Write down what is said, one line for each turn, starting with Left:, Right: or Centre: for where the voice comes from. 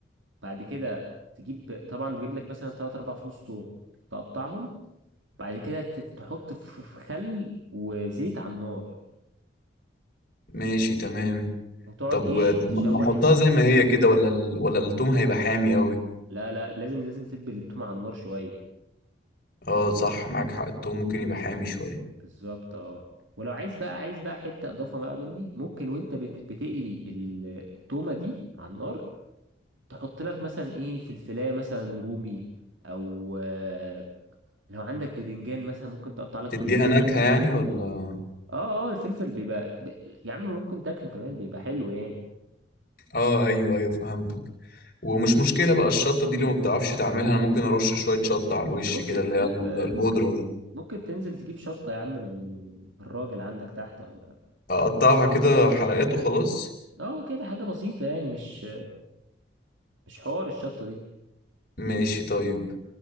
Right: بعد كده تجيب طبعا تجيب لك مثلا 3 4 فصوص توم تقطعهم بعد كده ت- تحط في في خل وزيت على النار
Left: ماشي تمام
Right: وتقعد
Left: طب
Right: ايه
Left: طب
Right: تشوح
Left: ما احطها
Right: الدنيا
Left: زي ما
Right: كده
Left: هي كده ولا ال... ولا التوم هيبقى حامي قوي
Right: لا لا لازم لازم تدبل التوم على النار شويه
Left: اه صح معاك حق التوم ممكن يبقى حامي شوية
Right: بالظبط اه ولو عايز بقى عايز بقى حته اضافه بقى مني ممكن وانت بت... بتقلي ال- التومه دي على النار تحط لك مثلا ايه في الفلايه مثلا رومي او آه، لو عندك بدنجان مثلا ممكن تقطع لك
Left: تديها
Right: بدنجانه
Left: نكهة
Right: كده
Left: يعني ولا
Right: اه اه الفلفل بيبقى ب... يا عم ممكن تاكله كمان بيبقى حلو يعني
Left: اه ايوه ايوه فهمتك ومش مشكلة بقى الشطة دي لو ما بتعرفش تعملها انا ممكن ارش شوية شطة على الوش
Right: انت ممكن
Left: كده اللي
Right: تجيب
Left: هي ال-
Right: آه،
Left: البودرة
Right: ممكن
Left: دي
Right: ممكن تنزل تجيب شطه يا عم من من الراجل عندك تحت ولا
Left: اقطعها كده حلقات وخلاص
Right: اه كده حاجه بسيطه يعني مش مش حوار الشطه دي
Left: ماشي طيب